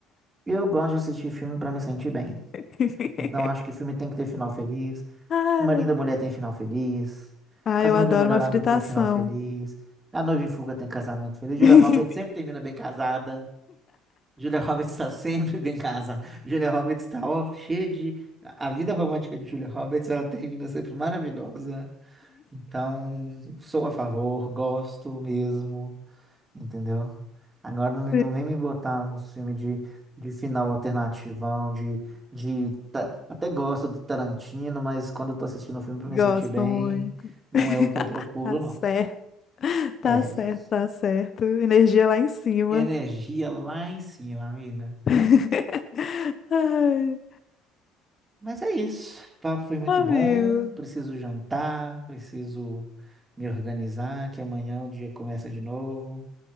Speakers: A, on the right (about 25°); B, on the left (about 45°).
A: Eu gosto de assistir filme pra me sentir bem.
B: <laughs>
A: Então acho que filme tem que ter final feliz,
B: Ai.
A: uma Linda Mulher tem final feliz.
B: Ah,
A: O Casamento
B: eu adoro
A: do Meu Melhor
B: uma
A: Amigo
B: fritação.
A: tem final feliz. A Noiva em Fuga tem casamento feliz. Julia
B: <laughs>
A: Roberts sempre termina bem casada. Julia Roberts está sempre bem casada. Julia Roberts está ó, cheia de. A vida romântica de Julia Roberts, ela termina sempre maravilhosa. Então, sou a favor, gosto mesmo entendeu? Agora não, me-
B: Sim.
A: não vem me botar um filme de, de final alternativão, de, de. ta- Até gosto do Tarantino, mas quando eu tô assistindo o filme pra
B: Gosto
A: me sentir bem,
B: muito.
A: não
B: <laughs>
A: é o que eu procuro,
B: Tá
A: não.
B: certo, tá
A: É
B: certo, tá certo. Energia lá em cima.
A: energia lá em cima, amiga.
B: <laughs> Ai,
A: Mas é isso. O papo foi muito
B: amigo.
A: bom. Preciso jantar, preciso me organizar, que amanhã o dia começa de novo.